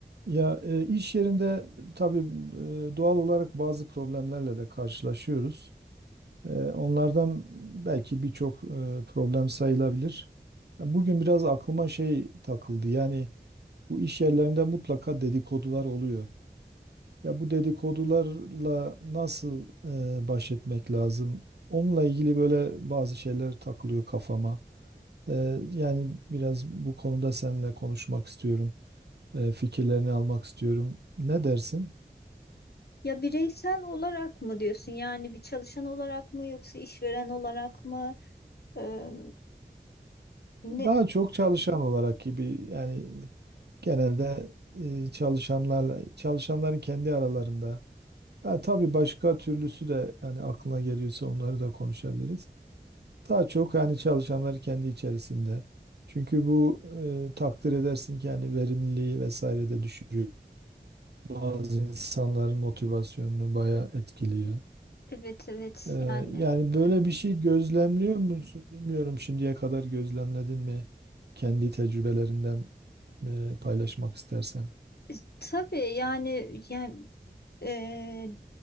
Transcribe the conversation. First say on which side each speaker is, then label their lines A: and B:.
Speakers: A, on the right (about 75°); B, on the left (about 70°).
A: Ya e, iş yerinde tabii e, doğal olarak bazı problemlerle de karşılaşıyoruz. E, onlardan belki birçok e, problem sayılabilir. Ya Bugün biraz aklıma şey takıldı. Yani bu iş yerlerinde mutlaka dedikodular oluyor. Ya bu dedikodularla nasıl e, baş etmek lazım? Onunla ilgili böyle bazı şeyler takılıyor kafama. E, yani biraz bu konuda seninle konuşmak istiyorum. E, fikirlerini almak istiyorum. Ne dersin?
B: Ya bireysel olarak mı diyorsun? Yani bir çalışan olarak mı yoksa işveren olarak mı? Eee, ne?
A: Daha çok çalışan olarak gibi yani genelde e, çalışanlarla çalışanların kendi aralarında. Ya tabii başka türlüsü de yani aklına geliyorsa onları da konuşabiliriz. Daha çok yani çalışanlar kendi içerisinde. Çünkü bu e, takdir edersin ki yani verimliliği vesaire de düşürüyor. Bazı insanların motivasyonunu bayağı etkiliyor.
B: Evet evet
A: Ee,
B: yani
A: yani böyle bir şey gözlemliyor musun? Bilmiyorum şimdiye kadar gözlemledin mi? Kendi tecrübelerinden e, paylaşmak istersen.
B: E, tabii yani yani eee,